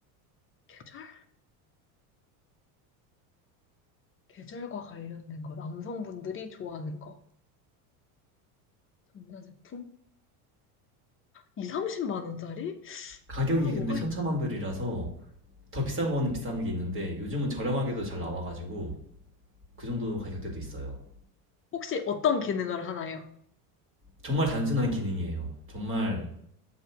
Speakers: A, on the left; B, on the right.
A: 계절? 계절과 관련된 거. 남성분들이 좋아하는 거. 전자제품? 2, 30만 원짜리?
B: 가격이
A: 아, 뭐가
B: 근데 천차만별이라서,
A: 있...
B: 더 비싼 건 비싼 게 있는데 요즘은 저렴하게도 잘 나와가지고 그 정도 가격대도 있어요.
A: 혹시 어떤 기능을 하나요?
B: 정말 단순한 기능이에요. 정말